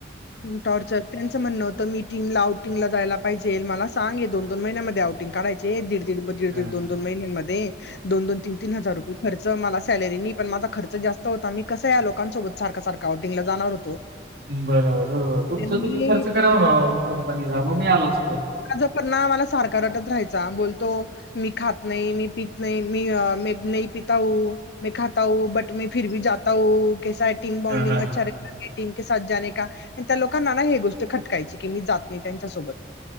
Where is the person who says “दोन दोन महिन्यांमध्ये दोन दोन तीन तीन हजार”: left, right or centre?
Left